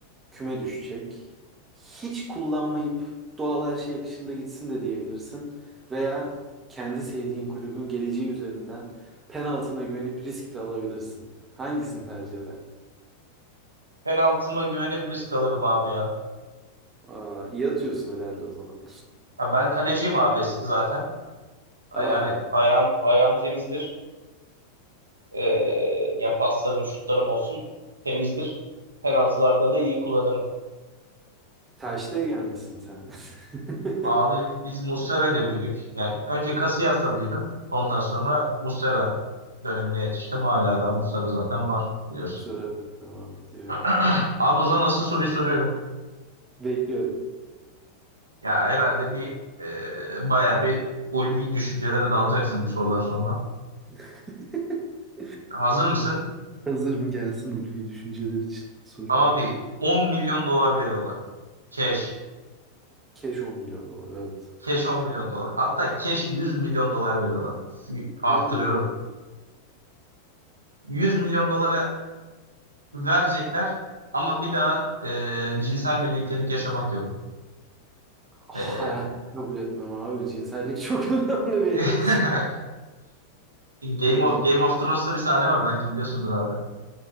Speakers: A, on the right; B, on the right.
A: küme düşecek. Hiç kullanmayıp doğal her şey akışında gitsin de diyebilirsin. Veya kendi sevdiğin kulübün geleceği üzerinden penaltına güvenip risk de alabilirsin. Hangisini tercih eder?
B: Penaltıma güvenip risk alırım abi ya.
A: Aa, iyi atıyorsun herhalde o zaman.
B: Ya ben kaleciyim abi zaten.
A: <laughs>
B: Ee, Yani
A: Aa,
B: ayağım ayağım temizdir. Ee, yani paslarım, şutlarım olsun temizdir. Penaltılarda da iyi kullanırım.
A: tercih gelmişsin sen. <laughs>
B: Abi biz Muslera ile büyüdük. Yani önce Casillas'la büyüdüm. Ondan sonra Muslera dönemine yetiştim. Hala daha Muslera zaten var biliyorsun.
A: Sıra evet, devam ediyor
B: <clears throat>
A: ya.
B: Abi o zaman nasıl soruyu soruyorum.
A: Bekliyorum.
B: Ya herhalde bir e, baya bir ulvi düşüncelere dalacaksın bu sorudan sonra.
A: <laughs>
B: Hazır mısın?
A: Hazırım gelsin ulvi düşünceler için soru.
B: Abi 10 milyon dolar veriyorlar. Cash.
A: Keş 10 milyon dolar evet.
B: Cash 10 milyon dolar. Hatta cash 100 milyon dolar veriyorlar. F- Arttırıyorum.
A: Oo.
B: 100 milyon dolara verecekler ama bir daha e, cinsel birliktelik yaşamak yok.
A: Hayat
B: E,
A: kabul etmem abi. Cinsellik çok <laughs> önemli benim
B: <laughs>
A: için.
B: Game
A: Yani
B: of, Game of Thrones'ta bir sahne var belki biliyorsundur abi.